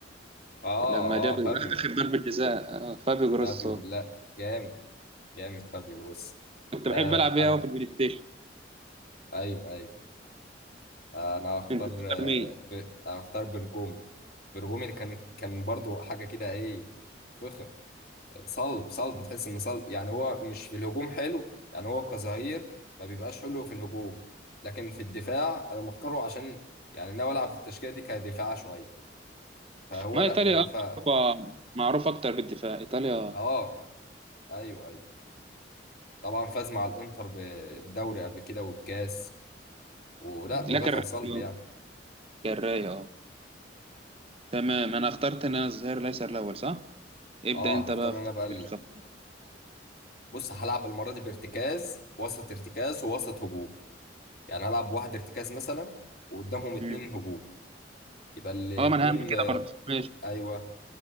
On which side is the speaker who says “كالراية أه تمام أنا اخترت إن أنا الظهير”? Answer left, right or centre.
Right